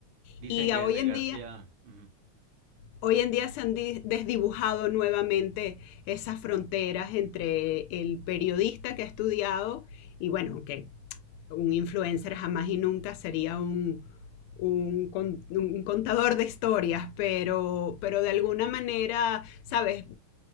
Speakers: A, on the right (about 65°); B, on the left (about 85°).
A: Dicen
B: Y a
A: que
B: hoy
A: de
B: en
A: García.
B: día,
A: ujú.
B: hoy en día se han di- desdibujado nuevamente esas fronteras entre el periodista que ha estudiado y bueno, que un influencer jamás y nunca sería un, un, un, contador de historias, pero, pero de alguna manera, ¿sabes?